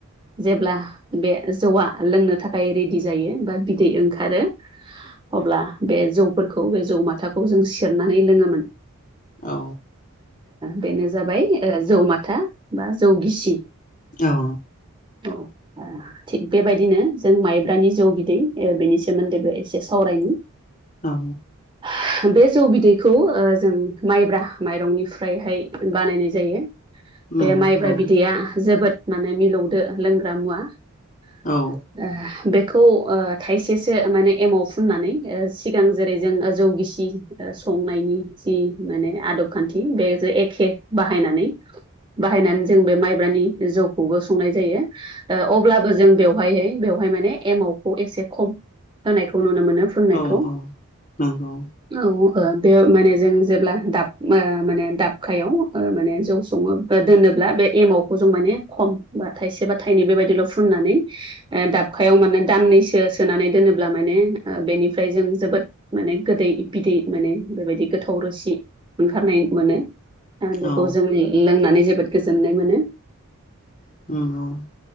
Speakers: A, on the right (about 20°); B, on the left (about 35°).
A: जेब्ला बे जौआ लोंनो थाखाय रेडि जायो बा बिदै ओंखारो अब्ला बे जौफोरखौ बे जौ माथाखौ जों सेरनानै लोङोमोन
B: औ
A: बेनो जाबाय जौ माथा बा जौ गिसि
B: औ
A: औ थिग बेबायदिनो जों माइब्रानि जौ बिदै बेनि सोमोन्दैबो एसे सावरायनि
B: औ
A: <inaudible> बे जौ बिदैखौ जों माइब्रा माइरंनिफ्रायहाय बानायनाय जायो
B: नंगौ
A: बे माइब्रा
B: औ
A: बिदैया जोबोद माने मिलौदो लोंग्रा मुवा ओ
B: औ
A: बेखौ ओ थाइसेसो माने एमाव फुननानै ओ सिगां जेरै जों जौगिसि संनायनि जि माने आदब खान्थि बे जे एखे बाहायनानै बाहायनानै जों बे माइब्रानि जौखौबो संनाय जायो अब्लाबो जों बेवहाय बेवहाय माने एमाव खौ एसे खब होनायखौ नुनो मोनो फुननायखौ
B: औ औ औ नंगौ
A: औ बे ओ माने जों जेब्ला दाब ओ माने ओ दाबखायाव ओ माने जौ सङो दोनोब्ला बे एमावखौ जों माने खम बा थाइसे बा थाइनै बेबायदिल' फुननानै ओ दाबखायाव माने दामनैसो सोनानै दोनोब्ला माने ओ बेनिफ्रा ओमफ्राय जों जोबोद माने गोदै बिदै माने बेबायदि गोथाव रोसि ओंखारनाय मोनो आरो बेखौ
B: औ
A: जों लोंनानै जोबोद गोजोननाय मोनो
B: <unintelligible>